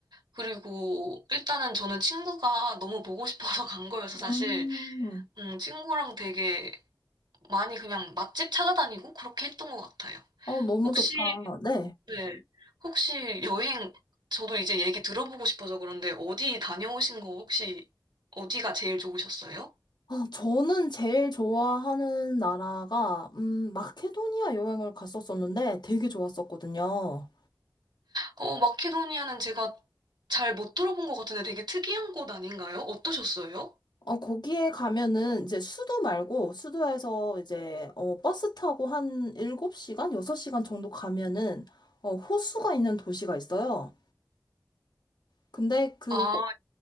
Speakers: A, on the right; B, on the left.
A: 그리고 일단은 저는 친구가 너무 보고 싶어서 <laughs> 간 거여서
B: 음,
A: 사실, 음, 친구랑 되게 많이 그냥 맛집 찾아다니고 그렇게 했던 것 같아요.
B: 아, 너무
A: 혹시,
B: 좋다. 네.
A: 네. 혹시 여행, 저도 이제 얘기 들어보고 싶어서 그런데 어디 다녀오신 거 혹시 어디가 제일 좋으셨어요?
B: 아, 저는 제일 좋아하는 나라가, 음, 마케도니아 여행을 갔었었는데 되게 좋았었거든요.
A: 어, 마케도니아는 제가 잘 못 들어본 것 같은데 되게 특이한 곳 아닌가요? 어떠셨어요?
B: 어, 거기에 가면은 이제 수도 말고 수도에서 이제 어, 버스 타고 한 일곱 시간 여섯 시간 정도 가면은 어, 호수가 있는 도시가 있어요. 근데 그
A: 아,
B: 호-